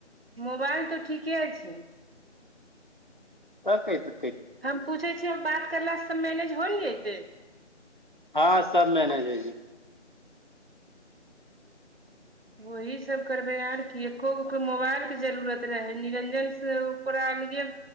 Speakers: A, on the right; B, on the left.
A: मोबाल तऽ ठीके छै।
B: तऽकतै
A: हम पूछै छियौ, बात करलास से सब मैनेज हो ने जतै।
B: हँ, सब मैनेज होइ जे ह
A: वह सब करबै आर कि, एको गो के मोबाइल के जरूरत रहै, निरंजन से ओकरा अलगे